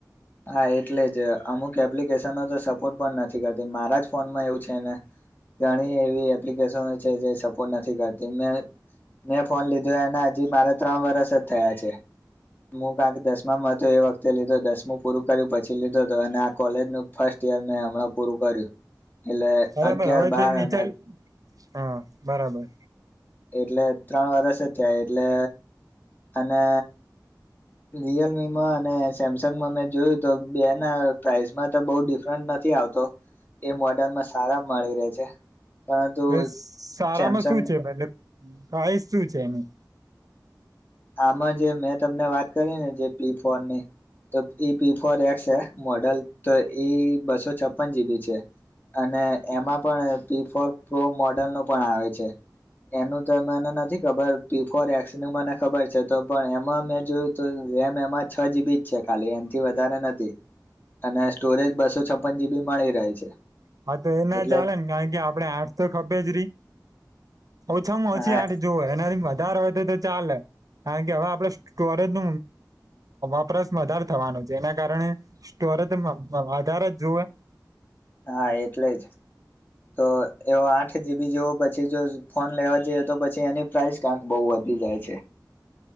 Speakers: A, on the left (about 25°); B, on the right (about 55°).
A: હા એટલે જ અમુક એપ્લિકેશનો તો સપોર્ટ પણ નથી કરતી મારા જ ફોનમાં એવું છે ને ઘણી એવી એપ્લિકેશનો છે જે સપોર્ટ નથી કરતી મેં મેં ફોન લીધો એને હજી મારા ત્રણ વરસ જ થયા છે હું કાંક દસમામાં હતો એ વખતે લીધું દસમું પૂરું કર્યું પછી લીધો હતો અને આ કોલેજનો ફર્સ્ટ <unintelligible> મેં હમણાં પૂરું કર્યું એટલે
B: બરાબર
A: અગિયાર
B: હવે
A: બાર
B: તે નીચા
A: અને
B: હા, બરાબર.
A: એટલે. ત્રણ વર્ષ જ થયા એટલે અને રિયલમીમાં અને સેમસંગમાં મેં જોયું તો બે ના પ્રાાઈસમાં તો બહુ ડિફરન્ટ નથી આવતો એ મોડલમાં સારા માળી રહે છે. પરંતુ
B: બેસ સારામાં
A: સેમસંગ
B: શું છે મતલબ પ્રાઈઝ શું છે એની?
A: આમાં જે મેં તમને વાત કરી ને જે પી ફોર ની તો એ પી ફોર એક્સ હે મોડલ તો બસો છપ્પન જીબી છે અને એમાં પણ પી ફોર પ્રો મોડલ નું પણ આવે છે એનું તો મને નથી ખબર પી ફોર એક્સ નું મને ખબર છે તો પણ એમાં મેં જોયું તો રેમ એમાં છ જીબી જ છે ખાલી એનાથી વધારે નથી, અને સ્ટોરેજ બસો છપ્પન જીબી મળી રહે છે.
B: હા તો એ ના
A: એટલે
B: ચાલે ને કારણ કે આપડણે આઠસો ખપે જ રહી ઓછામાં
A: હા
B: ઓછી આઠં જોવે ને વધારે હોય તો તો ચાલે, કારણ કે હવે આપણે સ્ટોરેજ ન વપરાશ વધારે થવાનું છે, એના કારણે સ્ટોરેજ વધારે જ જોવે.
A: હા એટલે જ, તો એવ આઠ જીબી જેવો પછી જો ફોન લેવા જઈએ તો પછી એની પ્રાઇસ ક્યાંક બહ વધી જાય છે.